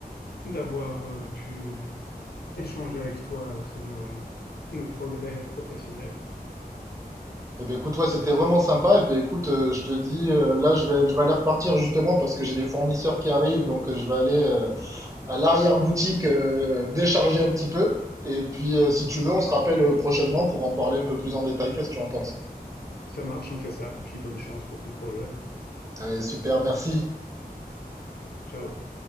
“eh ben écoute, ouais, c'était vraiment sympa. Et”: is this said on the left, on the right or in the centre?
Right